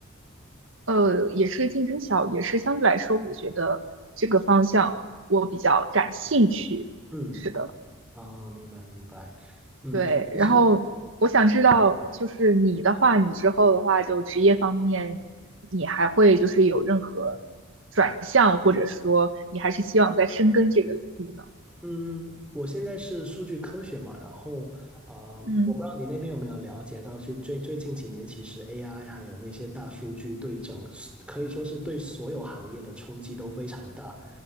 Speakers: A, on the right (about 70°); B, in the centre.
A: 呃，也是竞争小，也是相对来说，我觉得这个方向我比较感兴趣。
B: 嗯，
A: 是的。
B: 啊，明白明白，嗯。
A: 对，
B: 其实。
A: 然后我想知道，就是你的话，你之后的话，就职业方面，你还会就是有任何转向，或者说你还是希望再深耕这个领域呢？
B: 嗯，我现在是数据科学嘛，然后啊、呃我不知道你那边有没有了解到，
A: 嗯
B: 就最最近几年，其实 AI 还有那些大数据对整可以说是对所有行业的冲击都非常大。